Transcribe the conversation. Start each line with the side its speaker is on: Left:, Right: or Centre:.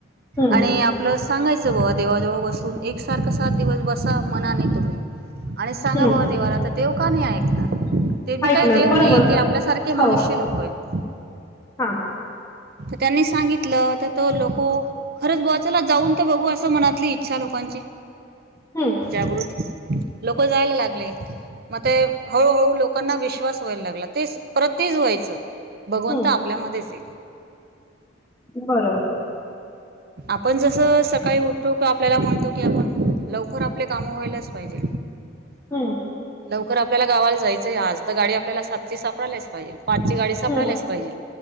Left: हम्म
Right: आणि आपलं सांगायचं बावा देवजवळ बसून एक सारख सात दिवस बसा मनाने तु्डे आणि सांगा
Left: हम्म
Right: बवा देवाला तर ते चुका नाही ऐकणार ते बी
Left: ऐकणार
Right: काही देव
Left: बरोबर
Right: नाहीये ते आपल्यासारखे मनुष्य
Left: हो
Right: लोक आहेत
Left: हा
Right: तर त्यांनी सांगितलं तर तो लोको खरंच बुवा चला जाऊन तर बघू असं मनातली इच्छा लोकांची
Left: हम्म
Right: जागृत लोक जायला लागले मग ते हळूहळू लोक लोकांना विश्वास व्हायला लागला ते परत तेच व्हायचं भगवंत
Left: हम्म
Right: आपल्यामध्येच ये
Left: बरोबर
Right: आपण जस सकाळी उठतो का आपल्याला म्हणतो आपण लवकर आपले काम व्हायला पाहिजे
Left: हम्
Right: लवकर आपल्याला गावाला जायचंय आज तर गाडी आपल्याला सातची सापडायलाच पाहिजे पाच ची गाडी सापडायलाच
Left: हम्म
Right: पाहिजे